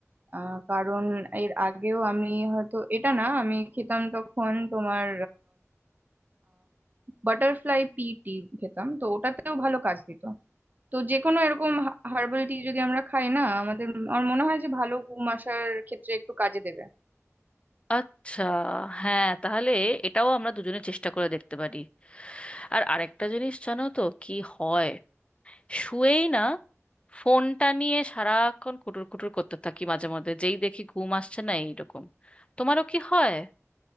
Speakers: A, on the right (about 35°); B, on the left (about 20°).
A: আহ, কারণ এর আগেও আমি হয়তো এটা না আমি খেতাম তখন তোমার বাটারফ্লাই পি টি খেতাম তো ওটাতেও ভালো কাজ দিত তো যে কোনো এরকম হার্বাল টি যদি আমরা খাই না আমাদের আমার মনে হয় যে ভালো ঘুম আসার ক্ষেত্রে একটু কাজে দেবে
B: আচ্ছা হ্যাঁ তাহলে এটাও আমরা দুজনে চেষ্টা করে দেখতে পারি আর আরেকটা জিনিস জানো তো কি হয় শুয়েই না ফোনটা নিয়ে সারাক্ষণ কুটুর কুটুর করতে থাকি মাঝে মধ্যে যেই দেখি ঘুম আসছে না এইরকম তোমারও কি হয়